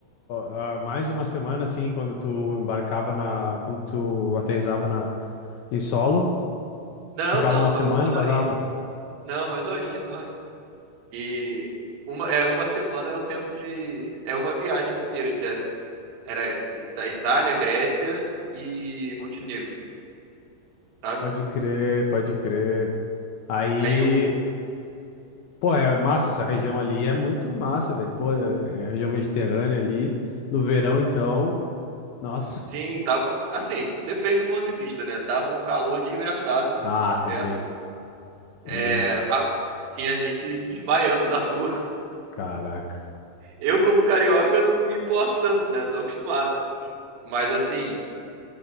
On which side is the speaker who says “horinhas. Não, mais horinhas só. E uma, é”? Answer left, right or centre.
Right